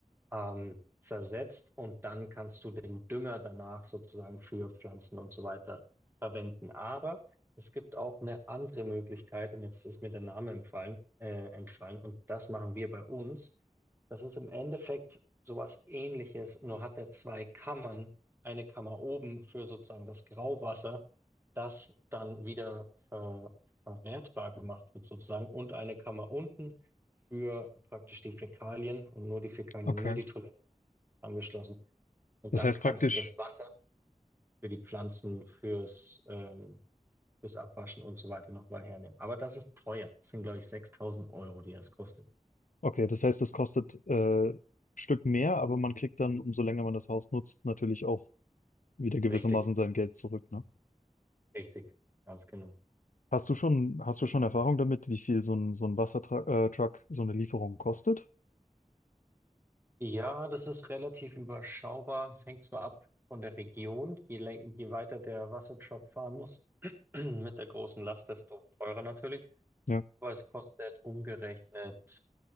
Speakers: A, on the right; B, on the left.
A: ähm, zersetzt und dann kannst du den Dünger danach sozusagen für Pflanzen und so weiter verwenden. Aber es gibt auch eine andere Möglichkeit und jetzt ist mir der Name entfallen, äh, entfallen und das machen wir bei uns. Das ist im Endeffekt sowas Ähnliches, nur hat er zwei Kammern. Eine Kammer oben für sozusagen das Grauwasser, das dann wieder ver verwertbar gemacht wird sozusagen und eine Kammer unten für praktisch die Fäkalien und nur die Fäkalien,
B: Okay.
A: nur die Toilette angeschlossen. Und
B: Das
A: dann
B: heißt
A: kannst
B: praktisch,
A: du das Wasser für die Pflanzen, fürs, ähm, fürs Abwaschen und so weiter nochmal hernehmen. Aber das ist teuer. Das sind, glaube ich, 6000 Euro, die das kostet.
B: okay, das heißt, das kostet äh, ein Stück mehr, aber man kriegt dann, umso länger man das Haus nutzt, natürlich auch wieder gewissermaßen
A: Richtig,
B: sein Geld zurück, ne?
A: richtig, ganz genau.
B: Hast du schon, hast du schon Erfahrung damit, wie viel so ein, so ein Wassertruck, äh, Truck, so eine Lieferung kostet?
A: Ja, das ist relativ überschaubar. Es hängt zwar ab von der Region. Je, läng- je weiter der Wassertruck fahren muss, <clears throat> mit der großen Last, desto teurer natürlich.
B: Ja.
A: Aber es kostet umgerechnet